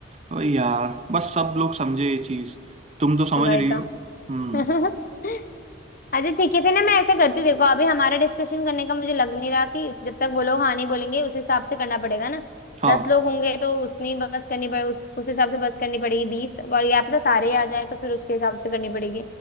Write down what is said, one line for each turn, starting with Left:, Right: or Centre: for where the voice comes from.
Right: वही यार बस सब लोग समझे ये चीज तुम तो समझ
Left: वही
Right: रही
Left: तो
Right: हो हम्म
Left: <laughs> अच्छा ठीक है फिर ना मैं ऐसे करती हूँ देखो अभी हमारा डिस्कशन करने का मुझे लग नहीं रहा कि जब तक वो लोग हाँ नहीं बोलेंगे उस हिसाब से करना पड़ेगा ना
Right: हाँ
Left: दस लोग होंगे तो उतनी बस करनी पड़े उत- उस हिसाब से बस करनी पड़ेगी बीस और या फिर सारे ही आ जाए तो फिर उसके हिसाब से करनी पड़ेगी